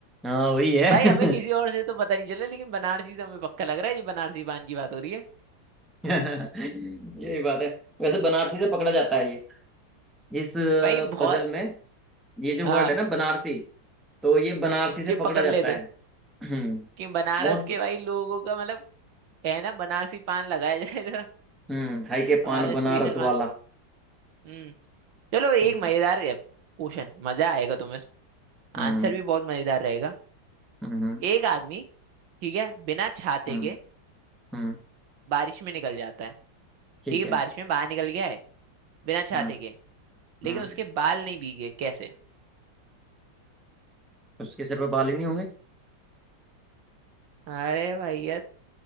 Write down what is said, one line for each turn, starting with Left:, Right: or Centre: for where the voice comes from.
Centre: हाँ वही है
Right: भाई
Centre: <laughs>
Right: हमें किसी और से तो पता नहीं चला लेकिन बनारसी से हमें पक्का लग रहा है ये बनारसी पान की बात हो रही है
Centre: <laughs> यही बात है वैसे बनारसी से पकड़ा जाता है ये इस
Right: भाई बहुत
Centre: पजल में ये जो
Right: हाँ
Centre: वर्ड है ना बनारसी तो ये बनारसी से
Right: ये
Centre: पकड़ा
Right: पकड़
Centre: जाता
Right: लेते
Centre: है हम्म
Right: कि बनारस
Centre: मोस्ट
Right: के भाई लोगों का मतलब है ना बनारसी पान लगाया जाए जरा
Centre: हम्म खाई
Right: <laughs>
Centre: के पान
Right: हमारा
Centre: बनारस
Right: स्पेशल
Centre: वाला
Right: पान हम्म चलो एक
Centre: हम्म
Right: मजेदार क्वेश्चन मजा आएगा तुम्हें
Centre: हम्म
Right: आंसर भी बहुत मजेदार रहेगा
Centre: हम्म
Right: एक आदमी ठीक है बिना छाते
Centre: हम्म
Right: के
Centre: हम्म,
Right: बारिश में निकल जाता है
Centre: ठीक
Right: ठीक है
Centre: है
Right: बारिश में बाहर निकल गया है बिना छाते
Centre: हम्म
Right: के लेकिन
Centre: हम्म
Right: उसके बाल नहीं भीगे कैसे
Centre: उसके सिर पे बाल ही नहीं होंगे
Right: अरे भैया